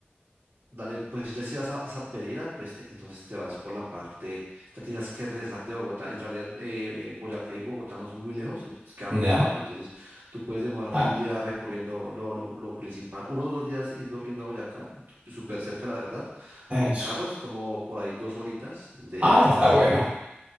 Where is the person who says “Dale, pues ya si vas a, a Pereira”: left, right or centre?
Right